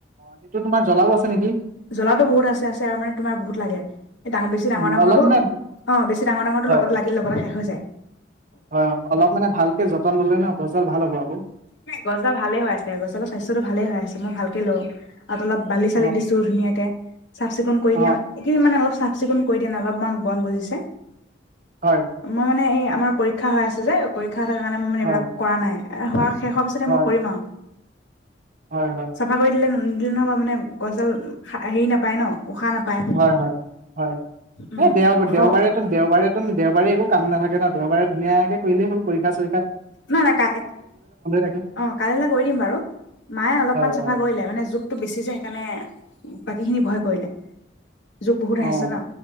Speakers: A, on the right; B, on the left.
A: সেইটো তোমাৰ জ্বলাও আছে নেকি?
B: জ্বলাটো বহুত আছে- আছে আৰু মানে তোমাৰ বহুত লাগে ডাঙৰ বেছি ডাঙৰ-
A: উম
B: -ডাঙৰটো
A: অলপ মানে
B: অ ', বেছি ডাঙৰ -ডাঙৰটো
A: হয়
B: লগত লাগিল লগতে শেষ হৈ যায়।
A: হয় হয় অলপ মানে ভালকে যতন ললে ন গছডাল ভাল হব আকৌ।
B: নাই গছডাল ভালে হৈ আছে গছডালৰ স্বাস্থ্যয়টো ভালে হৈ আছে মই ভালকে লওঁ। তাত অলপ বালি-
A: অ
B: চালি দিছো ধুনীয়াকে। চাফ- চিকুণ কৰি
A: অ
B: দিওঁ
A: অ
B: এক মানে অলপ চা, চাফ -চিকুণ কৰি দিয়া নাই অলপমান বন গজিছে। মই
A: হয়
B: মানে এইয়া, আমাৰ পৰীক্ষা হৈ আছে যে, শিক্ষা থাকাৰ কাৰণে মই মে
A: হয়
B: এইবিলাক কৰা নাই। এ, হোৱা খিনি, শেষ হোৱা পিছতে
A: হয়
B: মই কৰিম আৰু।
A: হয় হয়
B: চাফা কৰি দিলে নহ'বা মানে গছডাল হেৰি নাপায় ন। উশাহ নাপায়
A: হয় হয়- হয়,
B: উম
A: এই দেও
B: আকৌ
A: দেওবাৰেতোন- দেওবাৰেতোন দেওবাৰে একো কাম নাথাকে ন। দেওবাৰে ধুনীয়াকে কৰিলে হ'ল, পৰীক্ষ্যা চ
B: নাই নাই কা এ
A: থাকে
B: অ' কাইলেলে কৰি দিম বাৰু মায়ে অলপমান
A: হয়
B: চাফা
A: হয়
B: কৰিলে মানে জুখটো বেছি যে সেইকাৰণে বাকী খিনি ভয় কৰিলে। যুক বহুত
A: অ
B: আহিছে ন,